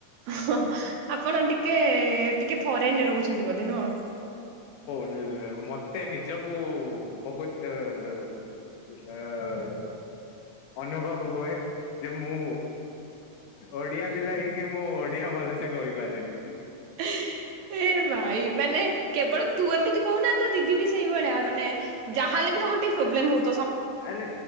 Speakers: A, on the right; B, on the left.
A: ହଁ ଆପଣ ଟିକେ । ଟିକେ ଫରେନ ରେ ରହୁଛନ୍ତି ବୋଧେ ନୁଅ ।
B: ଉ ମତେ ନିଜକୁ ବହୁତ ଅ ଅ । ଡକ ଅନୁଭବ ହୁଏ ଯେ ମୁଁ ଓଡିଆ ପିଲା ହେଇକି ମୁଁ ଓଡିଆ ଭଲସେ । କହିପାରେନି ।
A: ହେହ୍ ଏ ଏ ଭାଇ ମାନେ କେବଳ ତୁ ଏମିତି କହୁନା ତ ଦିଦି ବି ସେଇଭଳିଆ ମାନେ ଯାହାହେଲେ ବି ତମ ଟିକେ । ପ୍ରୋବ୍ଲେମ ହଉ ।
B: ଆରେ